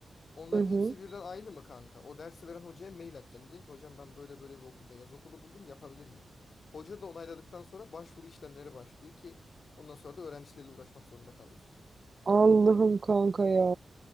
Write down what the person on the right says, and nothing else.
Hı hı.
Allah'ım kanka ya.